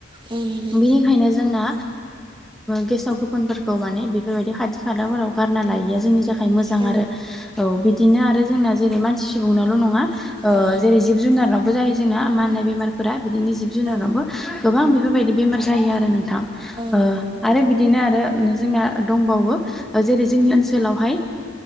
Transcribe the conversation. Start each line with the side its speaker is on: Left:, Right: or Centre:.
Right: औ नंगौ
Centre: बेनिखायनो जोंना गेसाव गोफोनफोरखौ माने बेफोरबायदि खाथि खालाफोराव गारना लायिया जोंनि थाखाय मोजां
Right: औ
Centre: आरो औ बिदिनो आरो जोंना जेरै मानसि सुबुंनाल' नंङा
Right: औ
Centre: जेरै जिब जुनारनावबो जायो जोंना मा होननाय बेमार फोर बिदिनो जिब जुनारावबो
Right: औ
Centre: गोबां बेफोरबायदि बेमार जाहायो आरो नोंथां
Right: नंगौ
Centre: आरो बिदिनो आरो जोंना दंबावो जेरै जोंनि ओनसोलावहाय